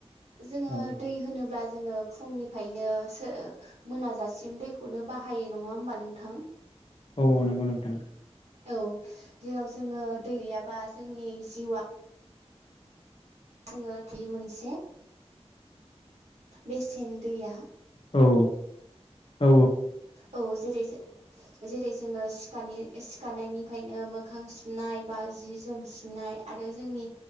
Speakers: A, on the right; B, on the left.
A: जोङो
B: औ
A: दै होनोब्ला जोङो फुंनिफ्रायनोो मोनाजासिम दैखौनो बाहायो नङा होमबा नोंथां?
B: औ औ नंगौ नोंथां।
A: औ जेराव जोङो दै गैयाबा जोंनि जिउआ जोङो थि मोनसे बेसेन दैया
B: औ औ
A: औ जेरै जो जेरै जोङो सिखार सिखारनायनिफ्रायनो मोखां सुनाय बा जि जोम सुनाय आरो जोंनि